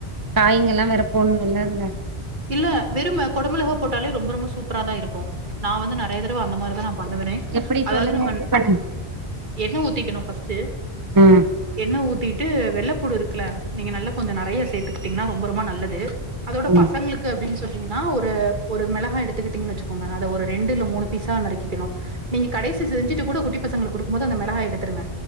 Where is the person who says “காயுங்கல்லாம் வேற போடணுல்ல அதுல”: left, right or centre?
Right